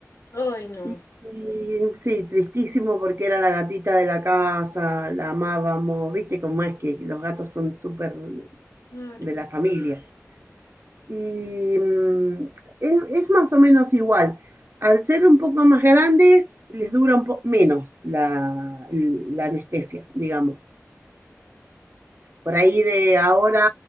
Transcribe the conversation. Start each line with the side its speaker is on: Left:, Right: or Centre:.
Left: Ay, no.
Right: Y, y sí, tristísimo porque era la gatita de la casa, la amábamos, viste cómo es que los gatos son súper
Left: Claro.
Right: de la familia. y mm, es, es más o menos igual. Al ser un poco más grandes, les dura un poco menos la, la anestesia, digamos. Por ahí de ahora,